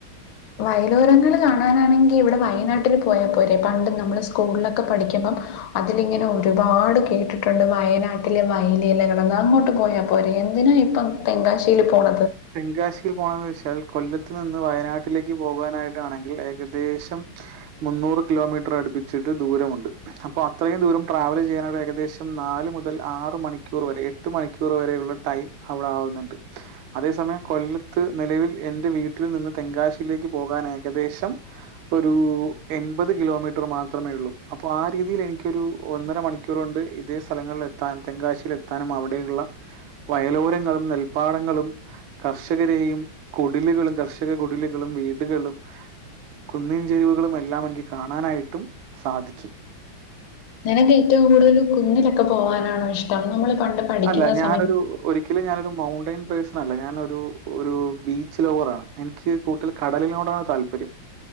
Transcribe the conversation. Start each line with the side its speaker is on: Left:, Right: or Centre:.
Left: വയലോരങ്ങള് കാണാനാണെങ്കി ഇവിടെ വയനാട്ടിൽ പോയാപ്പോരെ പണ്ട് നമ്മള് സ്കൂളിലൊക്കെ പഠിക്കുമ്പം അതിലിങ്ങനെ ഒരുപാട് കേട്ടിട്ടുണ്ട് വയനാട്ടില് വയലയില അങ്ങോട്ട് പോയാ പോരെ എന്തിനാ ഇപ്പം തെങ്കാശിയിൽ പോണ
Right: തെങ്കാശി <unintelligible> ൽ കൊല്ലത്ത് നിന്ന് വയനാട്ടിലേക്ക് പോകാനായിട്ടാണെങ്കിൽ ഏകദേശം മുന്നൂറ് കിലോമീറ്റർ അടുപ്പിച്ചിട്ട് ദൂരമുണ്ട് അപ്പൊ അത്രയും ദൂരം ട്രാവല് ചെയ്യാന് ഏകദേശം നാല് മുതൽ ആറ് മണിക്കൂർ വരെ എട്ട് മണിക്കൂർ വരെയുള്ള ടൈം അവിടെ ആവുന്നുണ്ട് അതേ സമയം കൊല്ലത്ത് നിലവിൽ എന്റെ വീട്ടിൽ നിന്ന് തെങ്കാശിയിലേക്ക് പോകാൻ ഏകദേശം ഒരു എൺപത് കിലോമീറ്റർ മാത്രമേ ഒള്ളൂ അപ്പൊ ആ രീതിയില് എനിക്കൊരു ഒന്നര മണിക്കൂറ് കൊണ്ട് ഇതേ സ്ഥലങ്ങളിൽ എത്താനും തെങ്കാശിയിൽ എത്താനും അവിടെയുള്ള വയലോരങ്ങളും നെൽപ്പാടങ്ങളും കർഷകരെയും കുടിലുകളും കർഷക കുടിലുകളും വീടുകളും കുന്നിൻചെരുവുകളും എല്ലാം എനിക്ക് കാണാനായിട്ടും സാധിക്കും.
Left: നിനക്ക് ഏറ്റവും കൂടുതല് കുന്നിലൊക്കെ പോകാനാണോ ഇഷ്ടം നമ്മള് പണ്ട് പഠിക്കുന്ന
Right: അല്ല ഞാനൊരു
Left: സമയത്ത്
Right: ഒരിക്കലും ഞാനൊരു മൗണ്ടെൻ പേഴ്സൺ അല്ല ഞാനൊരു ബീച്ച് ലൗവറാണ് എനിക്ക് കൂട്ടൽ കടലിനോടാണ് താല്പര്യം